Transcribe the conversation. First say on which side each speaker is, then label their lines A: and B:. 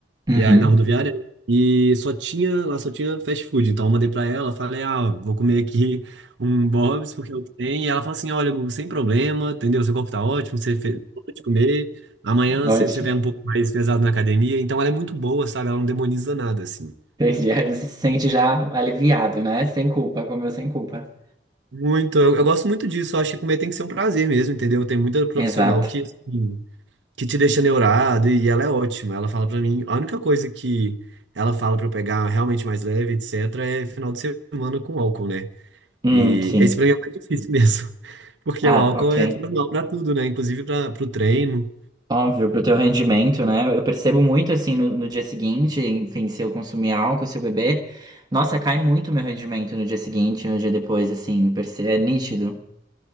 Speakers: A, on the right; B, on the right.
A: Uhum.
B: e aí, na rodoviária, né? E só tinha, lá só tinha fast food. Então eu mandei pra ela, falei, ah, vou comer aqui <laughs> um Bob's, porque é o que tem. E ela falou assim, olha, Gugu, sem problema, entendeu? Seu corpo tá ótimo, você fez de comer. Amanhã
A: Ótimo.
B: você, você pega um pouco mais pesado na academia. Então ela é muito boa, sabe? Ela não demoniza nada, assim.
A: <laughs> Entendi. Aí você se sente já aliviado, né? Sem culpa, comeu sem culpa.
B: Muito, eu, eu gosto muito disso. Eu acho que comer tem que ser um prazer mesmo, entendeu? Tem muita profissional
A: Exato.
B: que, assim, que te deixa neurado e ela é ótima. Ela fala pra mim, a única coisa que ela fala pra eu pegar realmente mais leve, etc, é final de semana com álcool, né?
A: Hum,
B: E
A: sim.
B: esse pra mim é o mais difícil <laughs> mesmo, porque
A: Ah,
B: o álcool
A: ok.
B: é faz mal pra tudo, né? Inclusive para pro treino.
A: Óbvio, pro teu rendimento, né? Eu percebo muito assim no, no dia seguinte, enfim, se eu consumir álcool, se eu beber, nossa, cai muito meu rendimento no dia seguinte, no dia depois, assim, perce- é nítido.